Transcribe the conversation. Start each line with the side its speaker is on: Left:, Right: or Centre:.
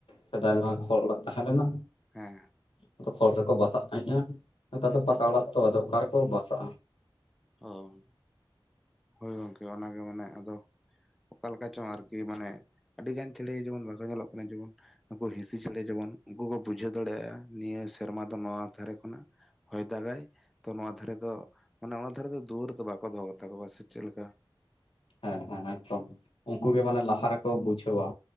Left: ᱥᱮᱫᱟᱭᱢᱟ
Centre: ᱦᱮᱸ
Left: ᱠᱷᱚᱲ ᱚᱲᱟᱜ ᱛᱟᱦᱮᱸ ᱞᱮᱱᱟ,
Centre: ᱦᱮᱸ
Left: ᱟᱫᱚ ᱠᱷᱚᱲ ᱨᱮᱠᱚ ᱵᱟᱥᱟᱜ ᱛᱟᱦᱮᱸ-ᱟ ᱱᱮᱛᱟᱨ
Centre: ᱟᱪᱪᱷᱟ
Left: ᱫᱚ ᱯᱟᱠᱟ
Centre: ᱟᱪᱪᱷᱟ
Left: ᱚᱲᱟᱜ ᱛᱚ ᱟᱫᱚ ᱚᱠᱟ ᱨᱮᱠᱚ ᱵᱟᱥᱟᱜ-ᱟ᱾
Centre: ᱦᱮᱸ ᱦᱳᱭ ᱜᱚᱢᱠᱮ ᱚᱱᱟᱜᱮ ᱢᱟᱱᱮ ᱟᱫᱚ, ᱚᱠᱟ ᱞᱮᱠᱟ ᱪᱚᱝ ᱟᱨᱠᱤ ᱢᱟᱱᱮ ᱟᱹᱰᱤ ᱜᱟᱱ ᱪᱮᱬᱮ ᱡᱮᱢᱚᱱ ᱵᱟᱥ ᱧᱮᱞᱚᱜ ᱠᱟᱱᱟ ᱡᱮᱢᱚᱱ ᱩᱱᱠᱩ ᱦᱤᱸᱥᱤ ᱪᱮᱬᱮ ᱡᱮᱢᱚᱱ ᱩᱱᱠᱩ ᱠᱚ ᱵᱩᱡᱷᱟᱹᱣ ᱫᱟᱲᱮᱭᱟᱜ-ᱟ ᱱᱤᱭᱟᱹ ᱥᱮᱨᱢᱟ ᱫᱚ ᱱᱚᱣᱟ ᱫᱷᱟᱨᱮ ᱠᱷᱚᱱᱟᱜ ᱦᱚᱭ ᱫᱟᱜᱟᱭ ᱛᱚ ᱱᱚᱣᱟ ᱫᱷᱟᱨᱮ ᱫᱚ ᱢᱟᱱᱮ ᱚᱱᱟ ᱫᱷᱟᱨᱮ ᱫᱚ ᱫᱩᱣᱟᱹᱨ ᱫᱚ ᱵᱟᱠᱚ ᱫᱚᱦᱚ ᱠᱟᱛᱟ ᱠᱚᱣᱟ ᱥᱮ ᱪᱮᱫ ᱞᱮᱠᱟ᱾
Left: ᱦᱮᱸ ᱦᱮᱸ ᱮᱠᱫᱚᱢ ᱩᱱᱠᱩ ᱜᱮ ᱢᱟᱱᱮ ᱞᱟᱦᱟ ᱨᱮᱠᱚ ᱵᱩᱡᱷᱟᱹᱣᱟ,